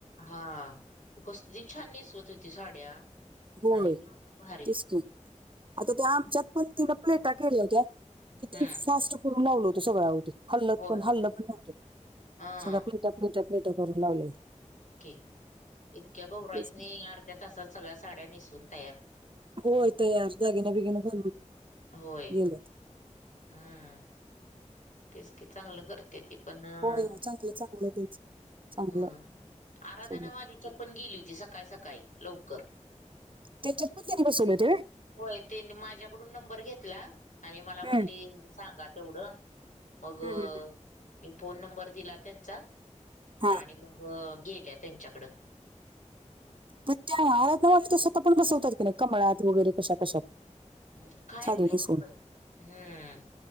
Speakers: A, on the left (about 85°); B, on the right (about 45°).
A: हा कसली छान नेसवत होत ती साड्या
B: होय
A: आणि किती भारी
B: तेच
A: हम्म.
B: की आता त्या आमच्यात पण तिन प्लेटा केल्या होत्या किती
A: हम्म
B: फास्ट करून लावला होता आओ ते. हल्लत
A: होय
B: पण हल्लं पण नव्हतं
A: हा
B: सगळ्या प्लेट प्लेट प्लेट करून लावले
A: तेच की इतक्या गौराईसनी
B: तेच की.
A: अर्ध्या तासात सगळ्या साड्या नेसऊन तयार.
B: होये तयार दागिन बेगिन घालून.
A: होय.
B: गेल्या
A: हम्म तेच की चांगलं करत्या ती पण अं
B: होय होय, चांगलं चांगलं हाय त्यांचं. चांगलं
A: ह
B: आहे
A: आराधनावालीच्यात
B: सगळं
A: पण गेली होती सकाळी सकाळी लवकर.
B: त्याच्यातपण त्यांनं बसले होते होय?
A: होय त्यांनी माझ्याकडून नंबर घेतला आणि मला म्हटली
B: हम्म,
A: सांगा तेवढं. मग
B: हम्म, हम्म. हम्म.
A: मी फोन नंबर दिला त्यांचा
B: हा
A: आणि मग गेल्या त्यांच्याकडं.
B: पण त्या आहार न त्या स्वतः पण बसवतात की नाही कमळात वगैरे कशा कशात
A: अं काय
B: साडी
A: माहित
B: नेसवून
A: बाई हम्म